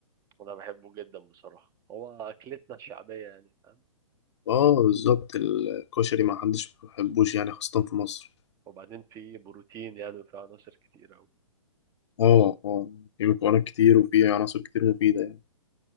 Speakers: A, on the right (about 20°); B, on the left (about 55°).
A: وانا بحبه جدا بصراحه هو اكلتنا الشعبيه يعني فاهم
B: اه بالظبط الكشري ما حدش ما بيحبوش يعني خاصة في مصر
A: وبعدين فيه بروتين يعني وفيه عناصر كتير اوي
B: اه اه في مكونات كتير وفي عناصر كتير مفيدة يعني